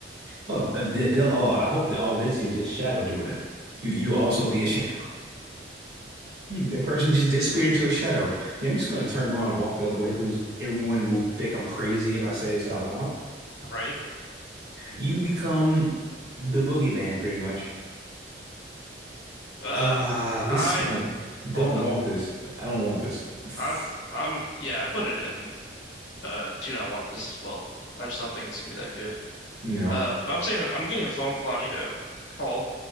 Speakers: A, on the right; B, on the left.
A: Well, uh, they, they'll, oh, I hope that all they see is just shadow doing it. You you also be a shadow. <laughs> Hmm, that person just disappeared into a shadow. Yeah, I'm just gonna turn around and walk the other way because everyone will think I'm crazy if I say this out loud.
B: right?
A: You become the boogeyman, pretty much.
B: Uh
A: Ah,
B: I
A: this is kind of don't
B: hold on.
A: want this. I don't want this. <laughs>
B: I'm I'm yeah, I put it in uh do not want this as well. I just don't think it's gonna be that good.
A: No.
B: Uh but I'm saying I'm getting a phone call. I need to call